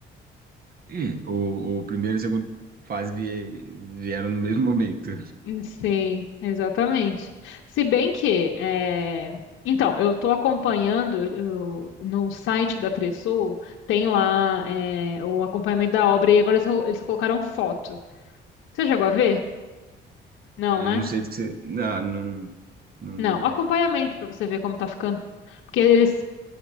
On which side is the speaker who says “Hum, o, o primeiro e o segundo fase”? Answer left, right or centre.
Right